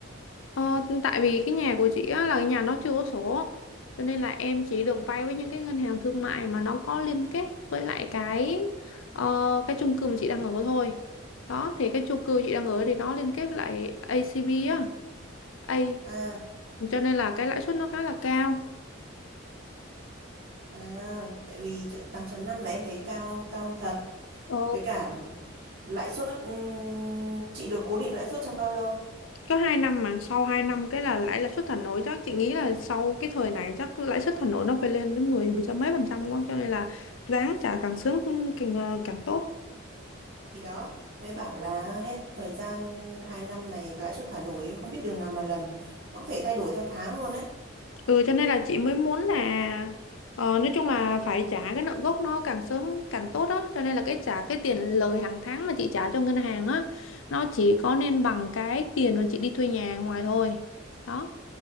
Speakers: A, on the left; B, on the right.
A: Ờ, tại vì cái nhà của chị á, là cái nhà nó chưa có sổ cho nên là em chỉ được vay với những cái ngân hàng thương mại mà nó có liên kết với lại cái ờ, cái chung cư mà chị đang ở thôi đó thì cái chung cư chị đang ở thì nó liên kết với lại ACB á A
B: À,
A: cho nên là cái lãi suất nó khá là cao
B: à, tại vì ch- tám chấm năm là em thấy cao cao thật.
A: ờ,
B: Với cả lãi suất ừm, chị được cố định lãi suất trong bao lâu?
A: có 2 năm mà sau hai năm cái là lãi lãi suất thả nổi chắc chị nghĩ là sau cái thời này chắc lãi suất thả nổi nó phải lên đến 10 mười mấy phần trăm quá cho nên là ráng trả càng sớm càng càng tốt
B: Thì đó, mới bảo là hết thời gian 2 năm này lãi suất thả nổi không biết đường nào mà lần. Nó có thể thay đổi theo tháng luôn đấy.
A: Ừ cho nên là chị mới muốn là ờ, nói chung là phải trả cái nợ gốc nó càng sớm càng tốt á cho nên là cái trả cái tiền lời hàng tháng mà chị trả cho ngân hàng á nó chỉ có nên bằng cái tiền mà chị đi thuê nhà ngoài thôi đó